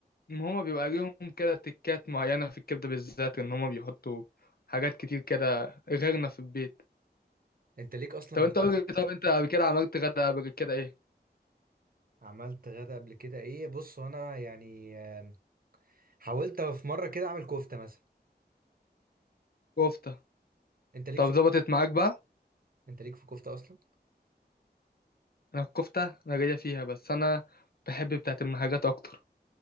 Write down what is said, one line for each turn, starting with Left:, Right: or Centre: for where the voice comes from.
Left: ما هما بيبقى ليهم كده تكات معينه في الكبده بالذات ان هما بيحطوا حاجات كتير كده غيرنا في البيت
Right: انت ليك اصلا
Left: طب
Right: في
Left: انت
Right: الك...
Left: قول لي طب انت قبل كده عملت غدا قبل كده ايه
Right: عملت غدا قبل كده ايه بص وانا يعني آم، حاولت في مرة كده اعمل كفتة مثلا
Left: كفته
Right: انت ليك
Left: طب
Right: في
Left: ظبطت معاك بقى
Right: انت ليك في كفتة اصلا
Left: انا الكفتة انا جاية فيها بس انا بحب بتاعة المحاجات اكتر